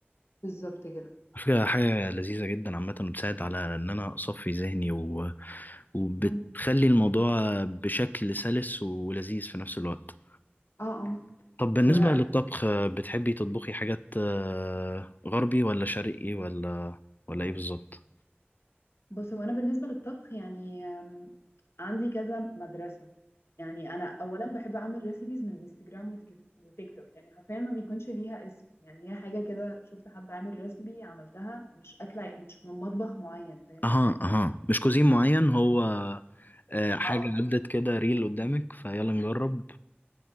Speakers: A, on the left; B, on the left.
A: بالظبط كده
B: على فكرة حاجة لذيذة جدا عامة بتساعد على إن أنا أصفي ذهني و... وبتخلي
A: مم.
B: الموضوع بشكل سلس ولذيذ في نفس الوقت
A: اه
B: طب
A: اه
B: بالنسبة للطبخ آه، بتحبي تطبخي حاجات آه، غربي ولا شرقي ولا ولا إيه بالظبط؟
A: بص هو انا بالنسبه للطبخ يعني آم، عندي كذا مدرسه يعني انا اولا بحب اعمل ريسيبيز من انستجرام وتيك وتيك توك يعني حرفيا ما بيكونش ليها اسم يعني هي حاجه كده شفت حد عامل ريسيبي عملتها مش اكله مش من مطبخ معين فاهم
B: أها
A: قصدي
B: أها مش كوزين معين هو آه، حاجة
A: اه
B: عدت كده ريل قدامك فيلا نجرب